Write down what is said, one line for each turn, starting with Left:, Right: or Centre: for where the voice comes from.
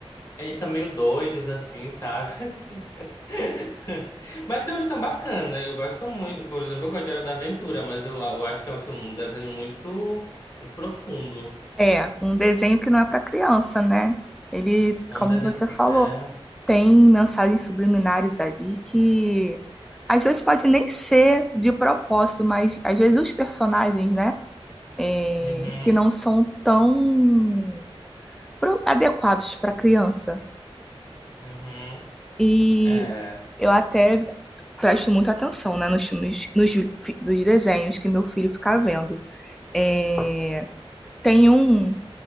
Left: Eles são meio doidos assim, sabe? <laughs> Mas tem um samba bacana, eu gosto muito. Por exemplo, eu gosto de Hora da Aventura, mas eu, eu acho que é um desenho muito, muito profundo.
Centre: É, um desenho que não é para criança, né? Ele,
Left: É
Centre: como
Left: um desenho
Centre: você
Left: que.
Centre: falou,
Left: É.
Centre: tem mensagens subliminares ali que às vezes pode nem ser de propósito, mas às vezes os personagens, né, é,
Left: Uhum,
Centre: que não são tão pro- adequados para criança.
Left: uhum.
Centre: E
Left: É.
Centre: eu até presto muita atenção, né, nos filmes, nos, fi- dos desenhos que meu filho fica vendo. É, tem um.